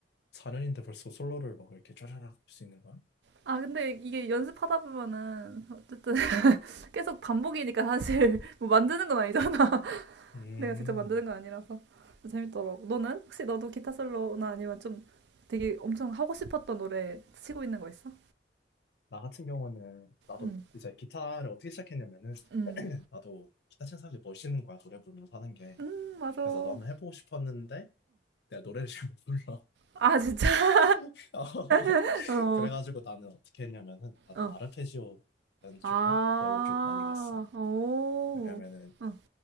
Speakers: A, on the left; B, on the right.
A: 4년인데 벌써 솔로를 막 이렇게 쫘라락 할 수 있는 거야?
B: 아, 근데 이게 연습하다 보면은 어쨌든 <laughs> 계속 반복이니까 사실 <laughs> 뭐 만드는 건 아니잖아.
A: 음,
B: 내가 직접 만드는 건 아니라서 재밌더라고. 너는 혹시 너도 기타 솔로나 아니면 좀 되게 엄청 하고 싶었던 노래 치고 있는 거 있어?
A: 나 같은 경우는, 나도
B: 응
A: 이제 기타를 어떻게 시작했냐면은,
B: 응,
A: 나도 기타 친 사람들이 멋있는 거야, 노래 부르면서 하는 게.
B: 응, 맞아.
A: 그래서
B: 어.
A: 나도 한번 해보고 싶었는데, 내가 노래를 잘 못 불러.
B: 아, 진짜?
A: <laughs>
B: <laughs> 어,
A: 그래가지고 나는 어떻게 했냐면은 나는
B: 어.
A: 아르페지오 연주법
B: 아,
A: 그걸로 좀 많이 갔어.
B: 오,
A: 왜냐면은
B: 어,